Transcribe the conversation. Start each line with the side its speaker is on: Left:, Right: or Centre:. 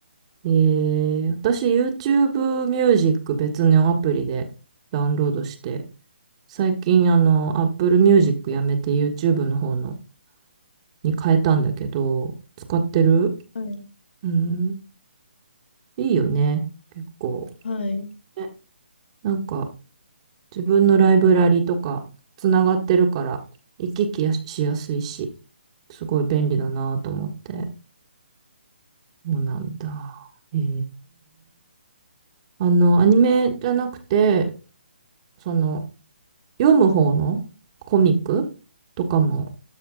Right: えー、私 YouTube Music 別のアプリでダウンロードして、最近あの Apple Music やめて YouTube の方のに変えたんだけど、使ってる
Left: はい。
Right: うん、いいよね、結構。
Left: はい。
Right: ねなんか自分のライブラリとかつながってるから行き来やしやすいし、すごい便利だなと思って。そうなんだ。へえあの、アニメじゃなくて、その、読む方のコミックとかも